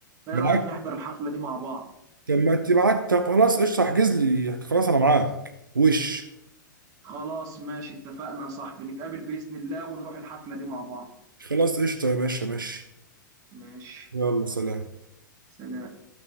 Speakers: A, on the right; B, on the right.
A: فايه
B: معاك
A: رأيك نحضر الحفلة دي مع بعض
B: طب ما تبعت طب خلاص قشطه احجز لي خلاص انا معاك وش
A: خلاص ماشي اتفقنا يا صاحبي نتقابل بإذن الله ونروح الحفلة دي مع بعض
B: خلاص قشطه يا باشا ماشي
A: ماشي
B: يلا سلام
A: سلام